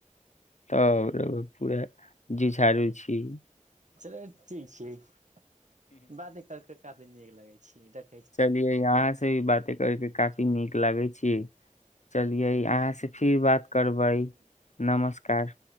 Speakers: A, on the left; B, on the right.
A: तऽ पूरा झुझारू छी
B: चल ठीक छैठ बाते करके काफी नीक लगे छै
A: चलिये यहाँ से भी बाते करके काफी नीक लागे छी चलियै अहाँ से फिर बात करबै
B: फोन
A: नमस्कार